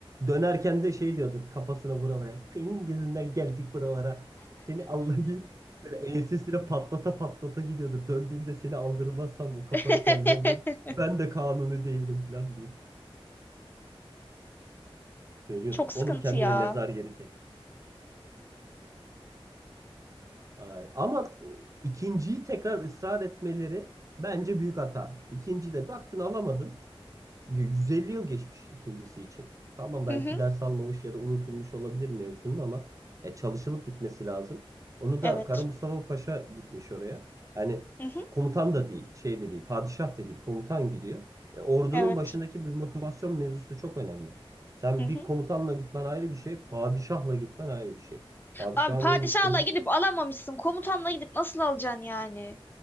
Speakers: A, on the right; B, on the left.
A: Dönerken de şey diyordur kafasına vura vura. Senin yüzünden geldik buralara. Seni Allah diye böyle ensesine patlata patlata gidiyordur. Döndüğümde seni aldırmazsam bu kafanı
B: <laughs>
A: kellenden ben de kanuni değilim filan diye. Söylüyordur.
B: Çok sıkıntı
A: Oğlum kendine
B: ya.
A: mezar yeri seç. Ay. Ama e, ikinciyi tekrar ısrar etmeleri bence büyük hata. İkinci de baktın alamadın. Y- 150 yıl geçmiş ikincisi için. Tamam
B: Hı
A: belki
B: hı.
A: ders almamış ya da unutulmuş olabilir mevzunun ama e, çalışılıp gitmesi lazım. Onu
B: Evet.
A: da Kara Mustafa Paşa gitmiş oraya. Yani
B: Hı hı.
A: komutan da değil, şey de değil, padişah da değil, komutan gidiyor. E, ordunun
B: Evet.
A: başındaki bir motivasyon mevzusu çok önemli. Sen
B: Hı hı.
A: bir komutanla gitmen ayrı bir şey, padişahla gitmen ayrı bir şey. Padişahın
B: Abi padişahla
A: önün, önün
B: gidip alamamışsın. Komutanla gidip nasıl alacaksın yani?